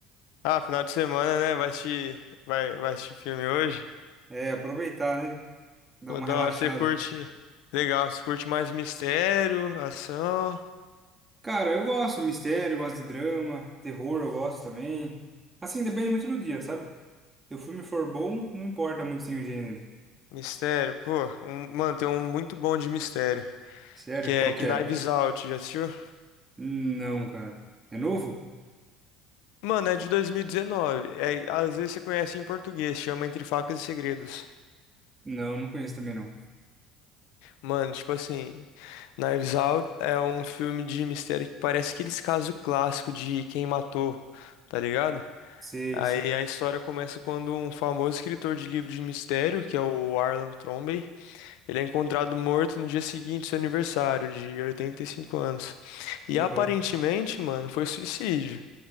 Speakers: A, on the left; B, on the right.
A: ah, final de semana, né? Vai assistir, vai, vai assistir filme hoje.
B: É, aproveitar, né? Dar
A: Pô,
B: uma
A: da
B: relaxada.
A: hora. Você curte. Legal, você curte mais mistério, ação.
B: Cara, eu gosto de mistério, eu gosto de drama, terror eu gosto também. Assim, depende muito do dia, sabe? Se o filme for bom, não importa muito sim o gênero.
A: Mistério, pô. um- mano, tem um muito bom de mistério.
B: Sério?
A: Que é
B: Qual
A: Knives
B: que é?
A: Out, já assistiu?
B: Não, cara. É novo?
A: Mano, é de 2019. É, às vezes você conhece em português, chama Entre Facas e Segredos.
B: Não, não conheço também não.
A: Mano, tipo assim, Knives Out é um filme de mistério que parece aqueles casos clássicos de quem matou, tá ligado?
B: Sei,
A: Aí
B: sei.
A: a história começa quando um famoso escritor de livro de mistério, que é o Arlan Trombey, ele é encontrado morto no dia seguinte do seu aniversário, de 85 anos. E
B: Aham.
A: aparentemente, mano, foi suicídio.